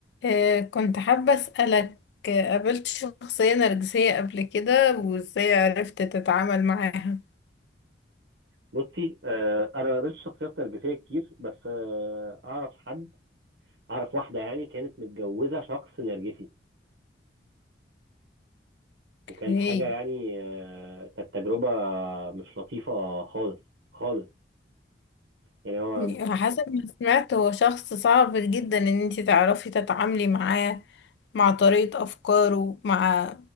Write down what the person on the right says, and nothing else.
بصي آه انا ما قابلتش شخصيات نرجسيه كتير بس آه اعرف حد اعرف واحده يعني كانت متجوزه شخص نرجسي وكان
حاجه يعني آه كانت تجربه مش لطيفه خالص خالص يعني هو